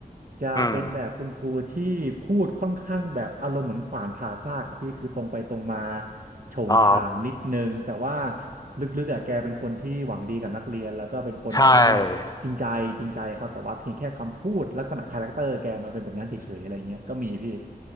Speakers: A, on the right; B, on the left.
A: จะเป็นแบบคุณครูที่พูดค่อนข้างแบบอารมณ์เหมือนขวานผ่าซากครับพี่คือตรงไปตรงมา
B: อืม
A: โฉงฉางนิดนึงแต่ว่า
B: อ๋อ
A: ลึกๆอ่ะแกเป็นคนที่หวังดีกับนักเรียนแล้วก็เป็นคนแบบว่า
B: ใช่
A: จริงใจจริงใจครับแต่ว่าเพียงแค่คำพูดลักษณะคาแรคเตอร์แกมันเป็นแบบนั้นเฉยๆอะไรเงี้ยก็มีพี่